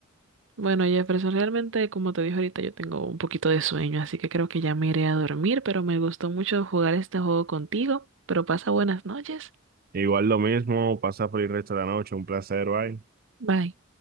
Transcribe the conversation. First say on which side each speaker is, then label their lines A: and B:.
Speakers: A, on the right; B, on the right.
A: Bueno, Jefferson, realmente, como te dije ahorita, yo tengo un poquito de sueño, así que creo que ya me iré a dormir, pero me gustó mucho jugar este juego contigo, pero pasa buenas noches.
B: Igual lo mismo, pasa por el resto de la noche, un placer, bye.
A: Bye.